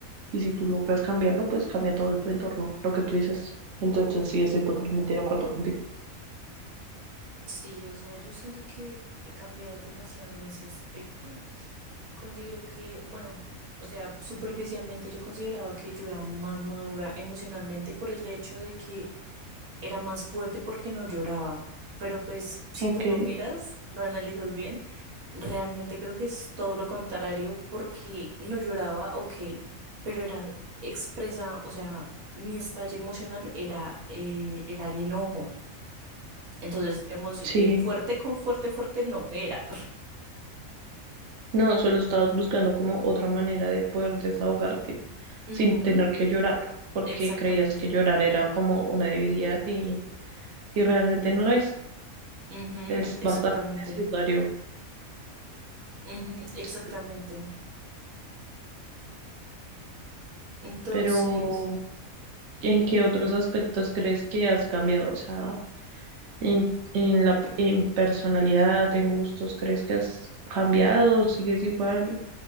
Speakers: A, on the right; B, on the right.
A: y si tú logras cambiarlo, pues cambia todo tu entorno, lo que tú dices. Entonces, sí, estoy totalmente de acuerdo contigo.
B: Sí, o sea, yo siento que he cambiado demasiado en ese aspecto. Considero que, bueno, o sea, superficialmente yo consideraba que yo era más madura emocionalmente por el hecho de que era más fuerte porque no lloraba. Pero pues si
A: Ok,
B: tú lo miras, lo analizas bien, realmente creo que es todo lo contrario porque no lloraba, ok, pero era expresa, o sea, mi estallido emocional era, eh, era el enojo. Entonces, hemos,
A: sí.
B: fuerte con fuerte, fuerte no era.
A: No, solo estabas buscando como otra manera de poder desahogarte
B: <laughs> Ujú,
A: sin tener que llorar, porque
B: exactamente.
A: creías que llorar era como una debilidad y, y realmente no lo es.
B: Ujú,
A: Es
B: exactamente.
A: bastante necesario.
B: Ujú, exactamente.
A: Sí.
B: Entonces...
A: Pero, ¿en qué otros aspectos crees que has cambiado? O sea, en, en la en personalidad, en gustos, ¿crees que has cambiado? ¿Sigues igual?